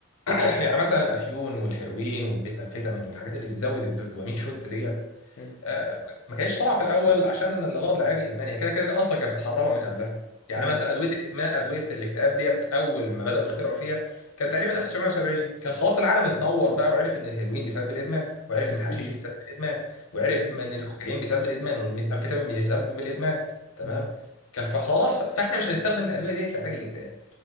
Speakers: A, on the left; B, on the left.
A: يعني مثلا الافيون والهيروين والميثامفيتامين والحاجات اللي بتزود الدوبامين شوت ديت
B: حلو
A: آه، ما كانتش طالعه في الاول عشان الغرض العلاج الادماني هي كده كده اصلا كانت متحرمه من قبلها يعني
B: مم.
A: مثلا ادويه الادمان ادويه الاكتئاب ديت اول ما بداوا يخترعوا فيها كان تقريبا 1970 كان خلاص العالم اتنور بقى وعرف ان الهيروين بيسبب الادمان وعرف
B: اكيد
A: ان الحشيش بيسبب الادمان وعرف
B: مم.
A: ان الكوكايين بيسبب الادمان والميثامفيتامين بيسبب الادمان تمام
B: مم.
A: كان فخلاص ف- فاحنا مش هنستخدم الادويه ديت لعلاج الاكتئاب